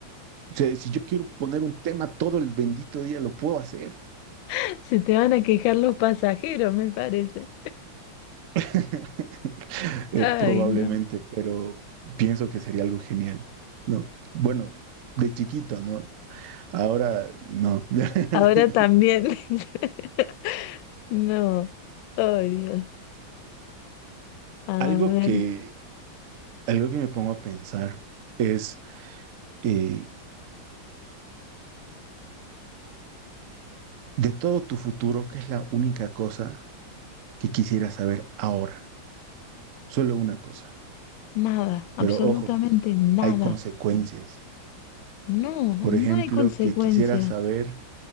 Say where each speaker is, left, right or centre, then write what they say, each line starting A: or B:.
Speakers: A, on the right; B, on the left.
A: O sea, si yo quiero poner un tema todo el bendito día, lo puedo hacer.
B: <laughs> Se te van a quejar los pasajeros, me parece.
A: <laughs> Eh,
B: Ay,
A: probablemente,
B: no.
A: pero pienso que sería algo genial. No, bueno, de chiquito, ¿no? Ahora no.
B: Ahora
A: <laughs>
B: también. <laughs> No. Ay, Dios. A
A: Algo
B: ver,
A: que, algo que me pongo a pensar es eh, de todo tu futuro, ¿qué es la única cosa que quisiera saber ahora? Solo una cosa.
B: nada, absolutamente
A: Pero ojo,
B: nada.
A: hay consecuencias.
B: No,
A: Por
B: no
A: ejemplo,
B: hay consecuencias.
A: que quisiera saber